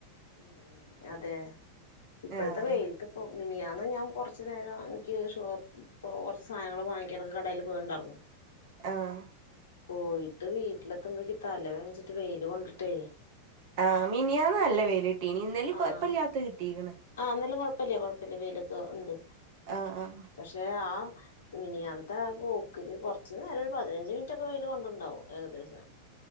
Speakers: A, on the left; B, on the right.
A: ഉം ഉം അതെ ഇപ്പഴത്തെ
B: ആഹ്
A: വെയിൽക്ക് ഓ! മിനിയാന്ന് ഞാൻ കുറച്ച് നേരം എനിക്ക് ഷോപ്പ് ഇപ്പോ കൊറച്ച് സാധനങ്ങളൊക്കെ വാങ്ങിക്കനൊക്കെ കടയിൽ പോയിണ്ടായിരുന്നു.
B: ആഹ്
A: പോയിട്ട് വീട്ടിലെത്തുമ്പോഴക്ക് തലവേദനിച്ചിട്ട് വെയിൽ കൊണ്ടിട്ടേയ്
B: ആഹ്, മിനിയാന്ന് നല്ല വെയില് കിട്ടീനി. ഇന്നലിം
A: ആഹ്
B: കൊഴപ്പല്ലാത്തത് കിട്ടീക്ക്ണ്
A: ആഹ്, ഇന്നലെ കൊഴപ്പല്ല കൊഴപ്പല്ല വെയിലൊക്കെ ഉണ്ട്.
B: ആഹ് ആഹ്
A: പക്ഷെ ആഹ് മിനിയാത്തെ ആ പോക്കില് കുറച്ച് നേരം ഒരു പതിനഞ്ച് മിനിറ്റ് ഒക്കെ വെയിൽ കൊണ്ടുണ്ടാവും ഏകദേശം